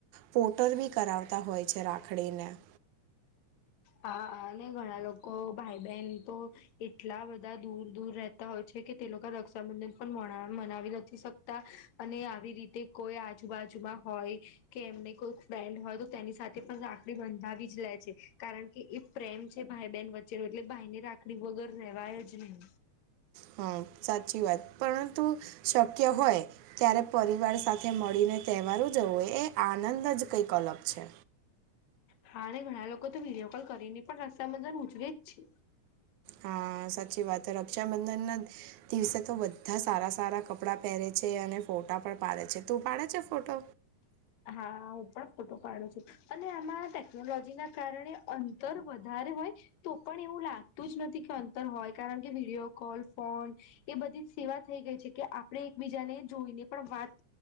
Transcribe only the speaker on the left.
હા અને ઘણા લોકો ભાઈ બહેન તો એટલા બધા દૂર દૂર રહેતા હોય છે કે તે લોકો રક્ષાબંધન પણ મણા મનાવી નથી શક તા અને આવી રીતે કોઈ આજુબાજુમાં હોય. કે એમને કોઈ ફ્રેન્ડ હોય તો તેની સાથે પણ રાખડી બંધાવી જ લે છે. કારણ કે એ પ્રેમ છે ભાઈ બહેન વચ્ચેનો એટલે ભાઈ ને રાખડી વગર રહેેવાય જ નહીં.
હા અને ઘણા લોકો તો વિડીયો કોલ કરીને પણ રક્ષાબંધન ઉજવે જ છે.
હા હું પણ ફોટો પાડુ છું. અને આમાં ટેકનોલોજી ના કારણે અંતર વધારે હોય તો પણ એવું લાગતું જ નથી કે અંતર હોય કારણ કે વિડીયો કોલ ફોન એ બધી જ સેવા થઈ ગઈ છે કે આપણે એકબીજાને જોઈને પણ વાત